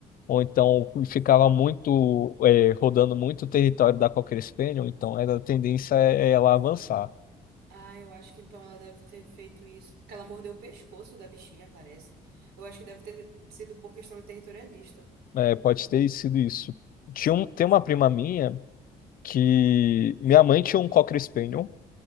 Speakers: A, on the left (about 65°); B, on the right (about 80°).
A: ou então ficava muito é, rodando muito o território da Cocker Spaniel, então a tendência é é ela avançar.
B: Ah, eu acho que então ela deve ter feito isso. Porque ela mordeu o pescoço da bichinha, parece. Eu acho que deve ter sido por questão territorialista.
A: É, pode ter sido isso. Tinha um, tem uma prima minha que
B: Uhum.
A: minha mãe tinha um Cocker Spaniel.